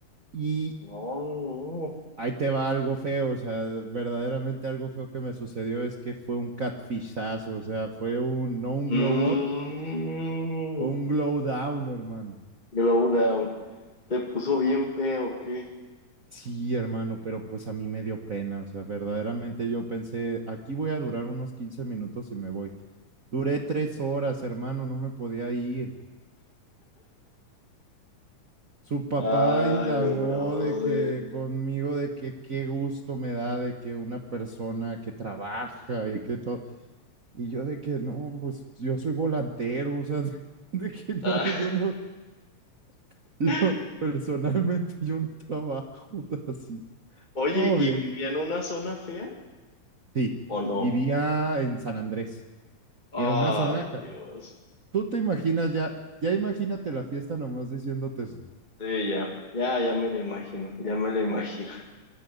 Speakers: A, on the right; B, on the left.
A: Y,
B: No, no, no.
A: Ahí te va algo feo, o sea, verdaderamente algo feo que me sucedió es que fue un catfishazo, o sea, fue un, no un
B: Mm,
A: glow up, fue un glow down, hermano.
B: Glowdown. ¿Te puso bien fea o qué?
A: Sí, hermano, pero pues a mí me dio pena, o sea, verdaderamente yo pensé, aquí voy a durar unos 15 minutos y me voy. Duré tres horas, hermano, no me podía ir. Su papá
B: Ay,
A: indagó
B: mi brother.
A: de que conmigo, de que qué gusto me da de que una persona que trabaja y que todo. Y yo de que no, pues yo soy volantero, o sea, <laughs> de que
B: Ah,
A: no, yo no, <laughs> yo
B: <laughs>
A: personalmente yo no trabajo <laughs> así.
B: Oye,
A: Oh,
B: ¿y
A: bien.
B: vivía en una zona fea
A: Sí,
B: o no?
A: vivía en San Andrés,
B: Ay,
A: era una zona acá.
B: Dios.
A: Tú te imaginas ya, ya imagínate la fiesta nomás diciéndote eso.
B: Sí, ya. Ya, ya me lo imagino. Ya me lo imagino.